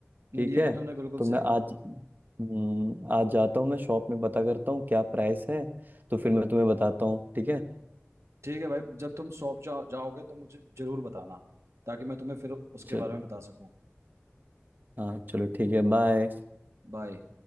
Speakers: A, on the right; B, on the right.
A: ठीक
B: ये
A: है
B: तो तुमने बिल्कुल
A: तो
B: सही
A: मैं
B: कहा
A: आज हम्म, आज जाता हूँ मैं शॉप में पता करता हूँ क्या प्राइस है तो फिर मैं तुम्हें बताता हूँ ठीक है
B: ठीक है भाई जब तुम शॉप जा, जाओगे तो मुझे जरूर बताना ताकि मैं तुम्हें फिर उसके
A: चलो
B: बारे में बता सकूं
A: हाँ चलो ठीक है बाय
B: बाय